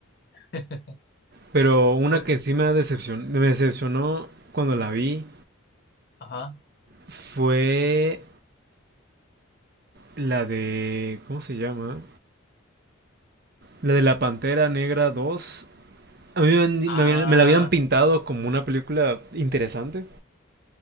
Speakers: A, on the left; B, on the right.
A: <laughs>
B: Pero una
A: Pues,
B: que sí me, ha decepcion- me decepcionó cuando la vi
A: ajá.
B: fue la de, ¿cómo se llama? La de la Pantera Negra dos A mí me, han-
A: Ah,
B: me habían- me la habían pintado como una película interesante,